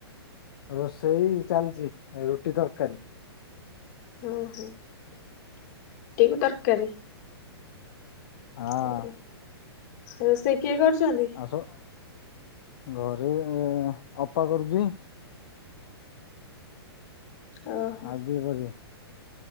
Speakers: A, on the left; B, on the left.
A: ରୋଷେଇ ଚାଲିଛି ରୁଟି ତରକାରୀ।
B: ଓ ହୋ ଟି କୁ ତରକାରୀ?
A: ହଁ
B: ଓ ରୋଷେଇ କିଏ କରୁଛନ୍ତି?
A: ଆସ ଘରେ ଅପା କରୁଛି।
B: ଓହୋ
A: ଆଉ କିଏ କରିବେ?